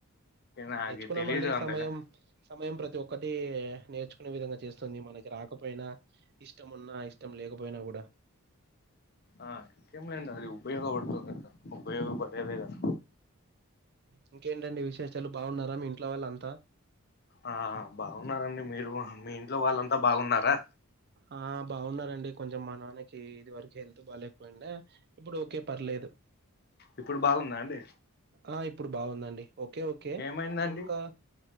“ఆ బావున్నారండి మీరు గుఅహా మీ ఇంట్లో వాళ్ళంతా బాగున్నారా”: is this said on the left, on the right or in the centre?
Left